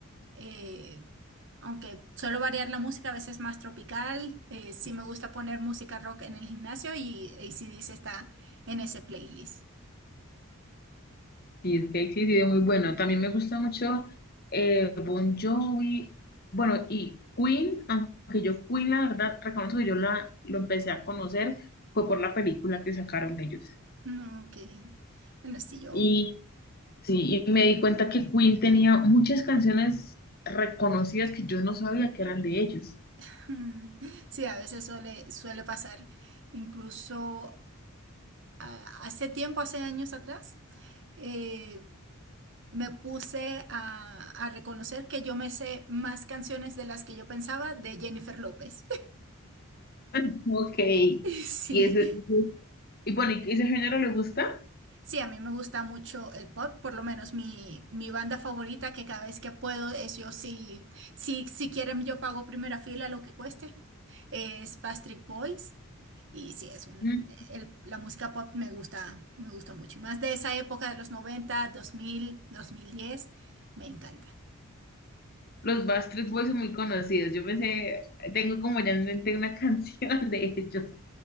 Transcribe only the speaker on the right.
eh, aunque suelo variar la música, a veces más tropical, eh, sí me gusta poner música rock en el gimnasio y AC/DC está en ese playlist.
No, ok. Bueno, sí, yo.
<laughs> Sí, a veces suele, suele pasar. Incluso a- hace tiempo, hace años atrás, eh, me puse a, a reconocer que yo me sé más canciones de las que yo pensaba de Jennifer López.
<laughs> Sí,
sí, a mí me gusta mucho el pop, por lo menos mi, mi banda favorita que cada vez que puedo es yo, si, si, si quieren yo pago primera fila lo que cueste, es Backstreet Boys y sí, es un,
el- la música pop me gusta, me gusta mucho, y más de esa época de los noventa dos mil dos mil diez me encanta.